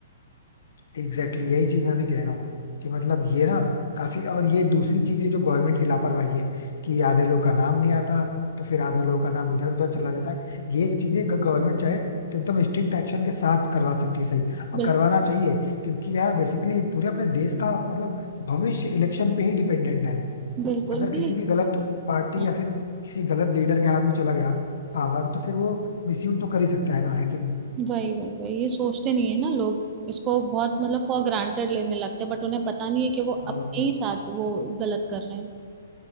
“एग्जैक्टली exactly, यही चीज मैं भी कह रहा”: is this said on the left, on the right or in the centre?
Left